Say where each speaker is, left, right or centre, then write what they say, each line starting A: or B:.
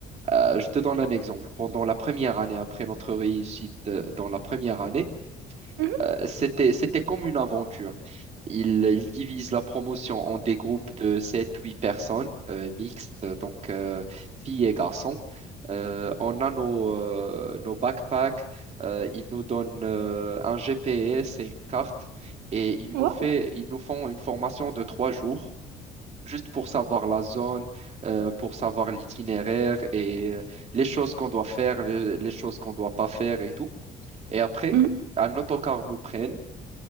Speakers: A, on the right (about 40°); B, on the right (about 80°).
A: Euh, je te donne un exemple. Pendant la première année, après notre réussite euh, dans la première année,
B: mhm,
A: euh, c'était, c'était comme une aventure. Ils, ils divisent la promotion en des groupes de sept, huit personnes euh, mixtes, euh, donc euh, filles et garçons. Euh, on a nos, euh, nos backpacks, euh, ils nous donnent euh, un GPS et une carte et ils
B: Wow,
A: nous fait, ils nous font une formation de trois jours juste pour savoir la zone, euh, pour savoir l'itinéraire et euh, les choses qu'on doit faire, les, les choses qu'on doit pas faire et tout. Et après,
B: mhm.
A: un autocar nous prenne